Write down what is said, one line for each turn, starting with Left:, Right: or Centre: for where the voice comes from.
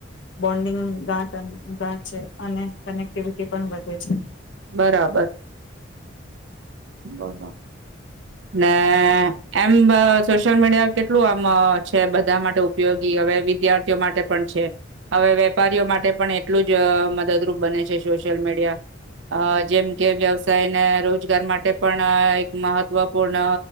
Left: બોન્ડિંગ ગાટ ઘાટ છે અને કનેક્ટિવિટી પણ વધે છે
Right: બરાબર બલો ને એમ સોશિયલ મીડિયા કેટલું આમ છે બધા માટે ઉપયોગી હવે વિદ્યાર્થીઓ માટે પણ છે હવે વેપારીઓ માટે પણ એટલું જ મદદરૂપ બને છે સોશિયલ મીડિયા જેમ કે વ્યવસાય ને રોજગાર માટે તે પણ એક મહત્વપૂર્ણ